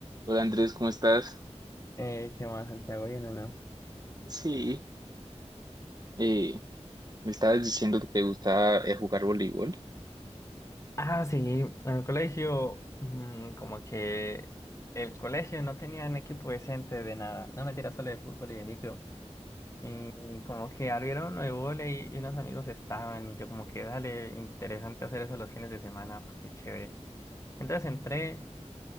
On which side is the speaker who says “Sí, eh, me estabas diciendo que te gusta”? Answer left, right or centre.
Right